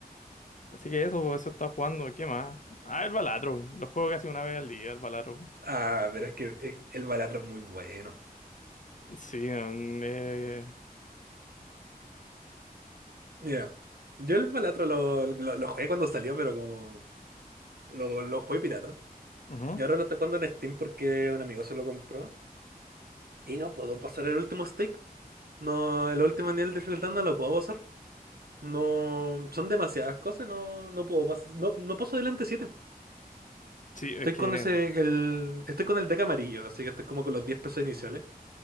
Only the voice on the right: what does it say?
Ah, pero es que eh, el Balatro es muy bueno.
Mira, yo el Balatro lo, lo, lo jugué cuando salió, pero como lo, lo jugué pirata.
Y ahora lo estoy jugando en Steam porque un amigo se lo compró. Y no puedo pasar el último stake. No, el último nivel de Field no lo puedo pasar. No, son demasiadas cosas, no, no puedo pasar. No, no paso delante siete
Estoy
con ese,
el, estoy con el deck amarillo, así que estoy como con los 10 pesos iniciales.